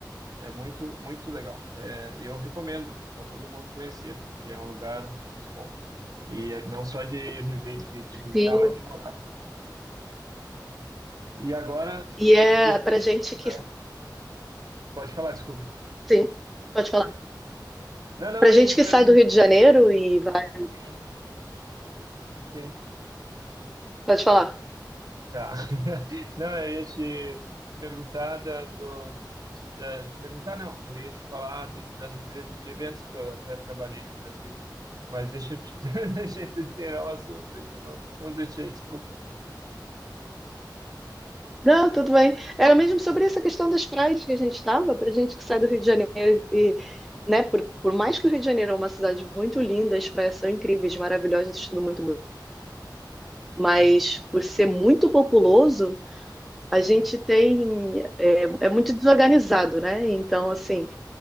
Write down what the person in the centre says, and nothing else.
Sim,
e é
para gente que
sim, pode falar.
Para gente
que
sai do Rio de Janeiro e vai,
pode falar.
Não, tudo bem. Era mesmo sobre essa questão das praias que a gente estava, para gente que sai do Rio de Janeiro e, né, por, por mais que o Rio de Janeiro é uma cidade muito linda, as praias são incríveis, maravilhosas, tudo muito mas
por ser muito populoso, a
gente tem é, é muito desorganizado, né? Então, assim,